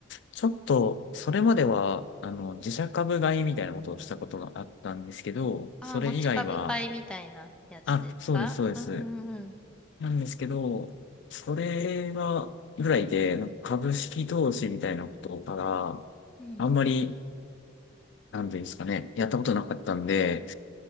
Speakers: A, on the left; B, in the centre.
A: ちょっと、それまでは、あの、自社株買いみたいなことをしたことがあったんですけど、
B: ああ、
A: それ以外は、
B: 持ち株買いみたいなやつですかうんうんうん。
A: あ、そうです、そうです。なんですけど、それは、ぐらいで、なんか株式投資みたいなことから、
B: うん
A: あんまり、なんていうんですかね、やったことなかったんで、